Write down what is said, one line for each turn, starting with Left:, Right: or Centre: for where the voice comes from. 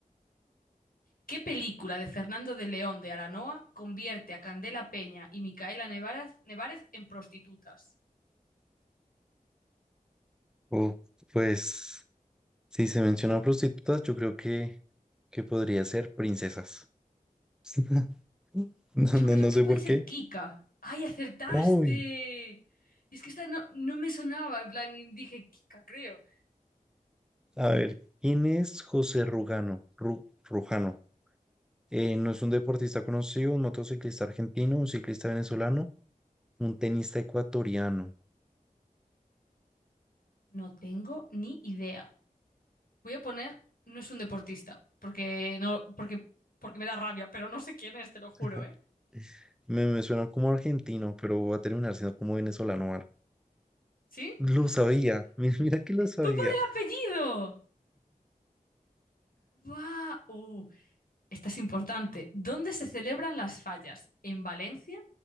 Left: ¿Qué película de Fernando de León de Aranoa convierte a Candela Peña y Micaela Nevarez, Nevarez en prostitutas?
Centre: O, pues, si se mencionan prostitutas, yo creo que, que podría ser princesas. <laughs> No,
Left: Yo
Centre: no,
Left: creo
Centre: no
Left: que
Centre: sé
Left: puede
Centre: por
Left: ser
Centre: qué.
Left: Kika. ¡Ay, acertaste!
Centre: Uy,
Left: Es que esta no, no me sonaba. En plan, dije Kika, creo.
Centre: a ver, ¿quién es José Rugano? Ru- Rujano. Eh, no es un deportista conocido, un motociclista argentino, un ciclista venezolano, un tenista ecuatoriano.
Left: No tengo ni idea. Voy a poner, no es un deportista, porque no, porque, porque me da rabia, pero no sé quién es, te lo juro,
Centre: <laughs>
Left: ¿eh?
Centre: Me, me suena como argentino, pero voy a terminar siendo como venezolano o algo.
Left: ¿Sí?
Centre: Lo sabía, <laughs> mira que lo sabía.
Left: ¡Fue por el apellido! ¡Guau! ¡Oh! Esta es importante. ¿Dónde se celebran las fallas? ¿En Valencia?